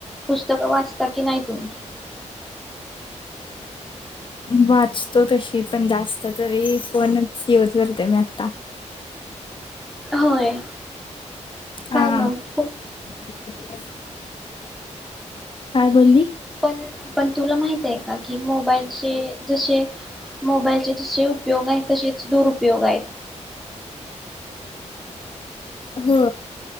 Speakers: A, in the centre; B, on the left.
A: पुस्तकं वाचता की नाही तुम्ही?
B: वाचतो तशी पण जास्त तरी फोनच यूज करते मी आत्ता.
A: होय. काय
B: हा हा
A: मग? फोन
B: <unintelligible> काय बोलली?
A: पण पण तुला माहिती. का की मोबाईलचे जसे मोबाईलचे जसे उपयोग आहेत तसेच दुरुपयोग आहेत.
B: हो.